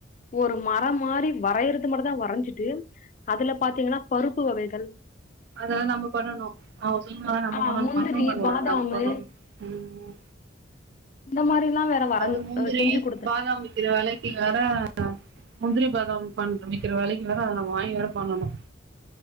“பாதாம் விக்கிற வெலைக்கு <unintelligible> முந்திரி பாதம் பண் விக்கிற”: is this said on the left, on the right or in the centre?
Right